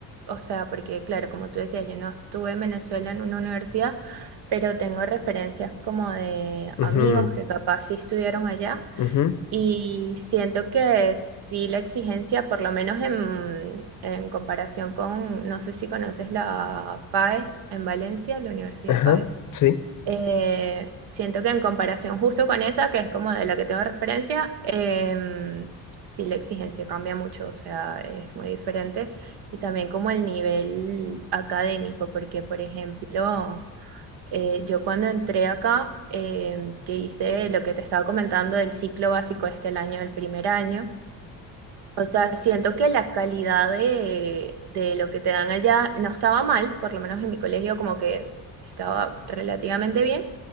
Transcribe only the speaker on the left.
Ujú,
ujú,
Ajá,
sí.